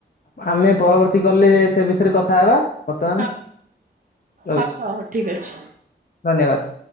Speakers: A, on the left; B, on the right.
A: ଆମେ ପରବର୍ତ୍ତୀ କଲ୍ ରେ ସେ ବିଷୟରେ କଥା ହେବା। ବର୍ତ୍ତମାନ
B: ହଁ
A: ରହୁଛି
B: ହଁ ହଁ ଠିକ ଅଛି।
A: ଧନ୍ୟବାଦ୍।